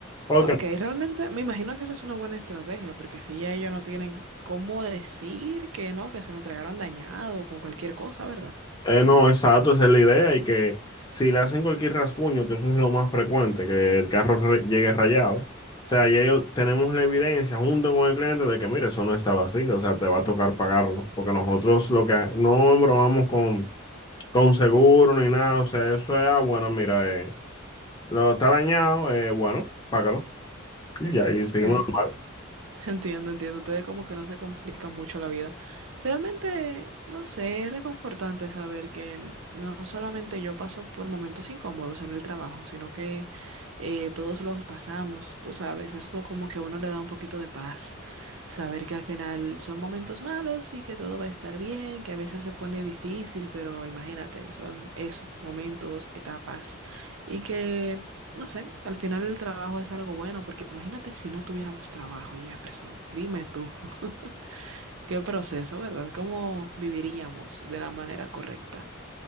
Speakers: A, on the left; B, on the right.
A: porque
B: Ok, realmente me imagino que esa es una buena estrategia, porque así ya ellos no tienen cómo decir que no, que se lo entregaron dañado o con cualquier cosa, ¿verdad?
A: Eh, no, exacto, esa es la idea y que si le hacen cualquier rasguño, que eso es lo más frecuente, que el carro re- llegue rayado, o sea, ya yo- tenemos la evidencia junto con el cliente de que, mire, eso no estaba así o sea, te va a tocar pagarlo, porque nosotros lo que no bromamos con, con seguro ni nada, o sea, eso es, ah, bueno, mira, eh, lo está dañado, eh, bueno, págalo, y ya, y seguimos
B: Ok.
A: normal.
B: Entiendo, entiendo. Ustedes como que no se complican mucho la vida. Realmente, no sé, es reconfortante saber que n- no solamente yo paso por momentos incómodos en el trabajo, sino que eh, todos los pasamos, tú sabes. Eso como que a uno le da un poquito de paz. Saber que al final son momentos malos y que todo va a estar bien, que a veces se pone difícil, pero imagínate, son eso, momentos, etapas. Y que no sé, al final el trabajo es algo bueno, porque imagínate si no tuviéramos trabajo, Jefferson. Dime tú, <laughs> qué proceso, ¿verdad? ¿Cómo viviríamos de la manera correcta?